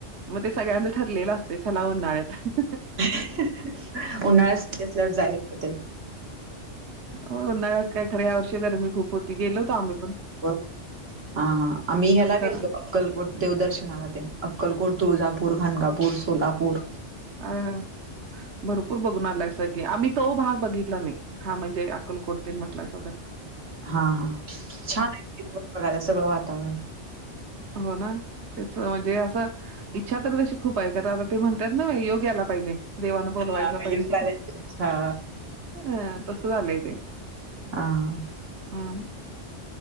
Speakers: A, on the right (about 65°); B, on the right (about 80°).
A: मंग ते सगळ्यांचं ठरलेलं असतें चलां उन्हाळ्यांत
B: उन्हाळ्यांची सुट्टी असल्यांवर जायलां मिळते
A: मंग उन्हाळ्यांत कायं खरं यां वर्षी गर्मी खूंप होती गेलो होतो आम्हीं
B: बरं हां हां आम्हीं मी ह्यांला
A: खरं
B: गेलतो अक्कलकोट देवदर्शनांला अक्कलकोट तुळजांपूर खनगांपूर सोलांपूर
A: अं भरंपूर बघूंन आलांयसा आम्हीं तो भांग बघितलां नाहीं हां म्हणजे अक्कलकोटकुडतील म्हटलं स जरं
B: हां हां छान आहे बघांयला सगळं वातांवरण
A: हो नां त्यांचं म्हणजे असं ईच्छा तरं तशी खूंप आहे आता ते म्हणतांत नं योग्यांला पाहिजे देवानं बोलवांयला
B: हा
A: पाहिजे
B: योगालय हा
A: हं तसं झालंय ते
B: हां
A: हम्मं